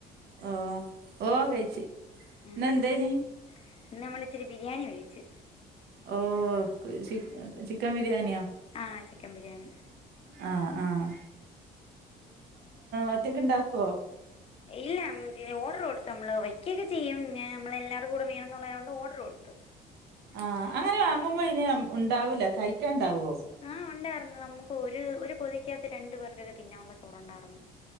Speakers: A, on the right (about 75°); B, on the left (about 35°).
A: ഓ ഓ കഴിച്ച്
B: ആഹ്
A: ഇന്നെന്തേനി
B: ഇന്ന് നമ്മള്ച്ചിരി ബിരിയാണി മേടിച്ച്
A: ഓ ചി ചിക്കൻ ബിരിയാണ്യേ
B: ആഹ് ചിക്കം ബിരിയാണി
A: ആഹ് ആഹ് ഒറ്റക്ക് ഇണ്ടാക്കോ
B: ഇല്ല മറ്റേ ഓഡർ കൊടുത്തു നമ്മള് വെകൊക്കെ ചെയ്യും ഞ നമ്മളെല്ലാരും കൂടെ വേണന്നുള്ളയോണ്ട് ഓഡർ കൊടുത്തു
A: ആഹ് അങ്ങനെ വാങ്ങുമ്പോ അയ്ന് ഉണ്ടാവൂല കഴിക്കാണ്ടാവോ
B: ആഹ് ഒണ്ടാർന്നു നമുക്ക് ഒര് ഒര് പൊതിക്കാത്ത് രണ്ട് പേർക്കൊക്കെ തിന്നാവുള്ള ചോറൊണ്ടാർന്നു